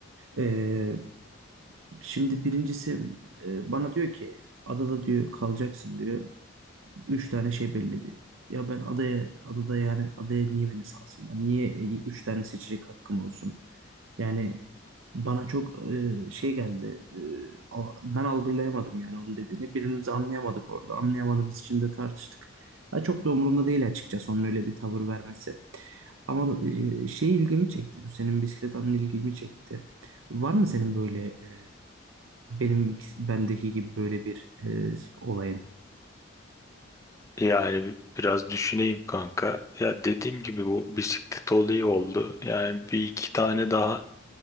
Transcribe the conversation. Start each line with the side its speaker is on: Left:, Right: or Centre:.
Right: E, şimdi birincisi e, bana diyor ki adada diyor kalacaksın diyor. Üç tane şey belli diyor. Ya ben adaya, adada yani adaya niye beni salsınlar? Niye e, üç tane seçecek hakkım olsun? Yani bana çok e, şey geldi. e, al- ben algılayamadım yani onun dediğini. Birbirimizi anlayamadık orada. Anlayamadığımız için de tartıştık. Ha, çok da umurumda değil açıkçası onun öyle bir tavır vermesi. Ama e, şey ilgimi çekti. Bu senin bisiklet anın ilgimi çekti. Var mı senin böyle e, benim bendeki gibi böyle bir e, olayın?
Left: Yani biraz düşüneyim kanka. Ya dediğim gibi bu bisiklet olayı oldu. Yani bir iki tane daha